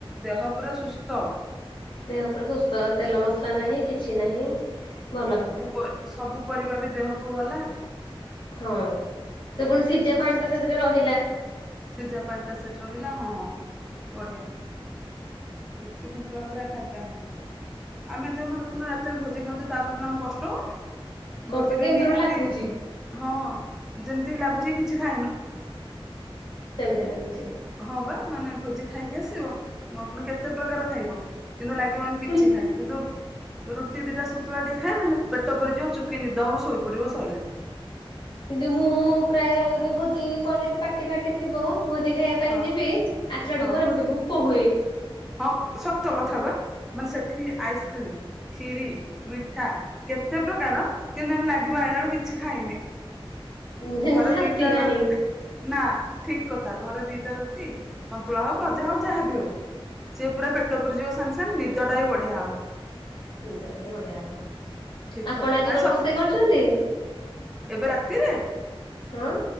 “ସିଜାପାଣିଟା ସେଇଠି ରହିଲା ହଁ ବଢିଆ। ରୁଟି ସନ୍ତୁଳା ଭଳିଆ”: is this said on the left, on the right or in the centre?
Centre